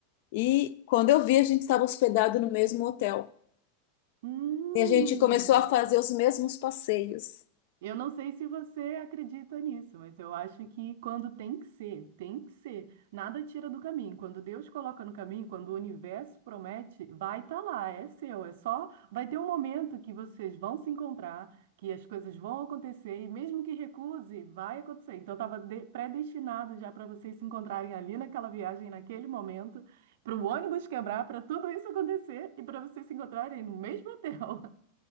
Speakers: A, on the left; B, on the right.
A: E quando eu vi, a gente estava hospedado no mesmo hotel.
B: Hum.
A: E a gente começou a fazer os mesmos passeios.
B: Eu não sei se você acredita nisso, mas eu acho que quando tem que ser, tem que ser. Nada tira do caminho. Quando Deus coloca no caminho, quando o universo promete, vai estar lá, é seu. É só, vai ter um momento que vocês vão se encontrar, que as coisas vão acontecer e mesmo que recuse, vai acontecer. Então estava predestinado já para vocês se encontrarem ali naquela viagem, naquele momento, para o ônibus quebrar, para tudo isso acontecer e para vocês se encontrarem no mesmo hotel.